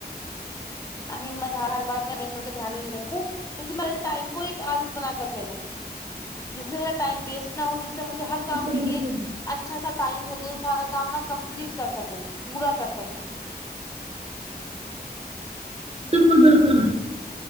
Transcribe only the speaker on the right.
بالکل
بالکل
بالکل بالکل